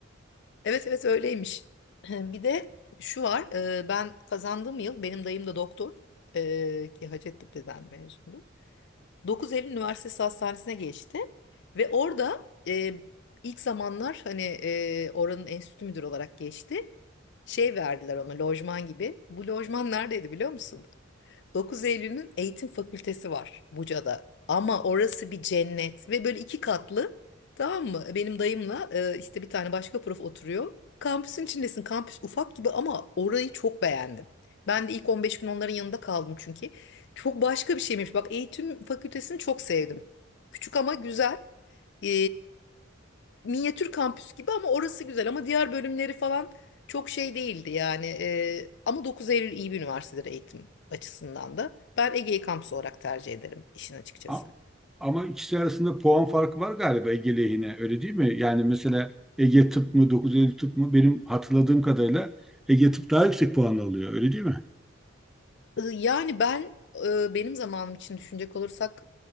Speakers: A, on the left; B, in the centre.
A: Evet evet öyleymiş. <clears throat> Bir de şu var e, ben kazandığım yıl benim dayım da doktor e, ki Hacettepe'den mezundu. 9 Eylül Üniversitesi Hastanesi'ne geçti ve orada e, ilk zamanlar hani e, oranın enstitü müdürü olarak geçti. Şey verdiler ona lojman gibi. Bu lojman neredeydi biliyor musun? 9 Eylül'ün eğitim fakültesi var Buca'da. Ama orası bir cennet ve böyle iki katlı tamam mı? Benim dayımla e, işte bir tane başka prof oturuyor. Kampüsün içindesin. Kampüs ufak gibi ama orayı çok beğendim. Ben de ilk 15 gün onların yanında kaldım çünkü. Çok başka bir şeymiş. Bak eğitim fakültesini çok sevdim. Küçük ama güzel. E, minyatür kampüs gibi ama orası güzel ama diğer bölümleri falan çok şey değildi yani. Ee, ama 9 Eylül iyi bir üniversitedir eğitim açısından da. Ben Ege'yi kampüs olarak tercih ederim işin açıkçası.
B: A- Ama ikisi arasında puan farkı var galiba Ege lehine öyle değil mi? Yani mesela Ege Tıp mı dokuz Eylül Tıp mı benim hatırladığım kadarıyla Ege Tıp daha yüksek puan alıyor öyle değil mi?
A: Ee, yani ben e, benim zamanım için düşünecek olursak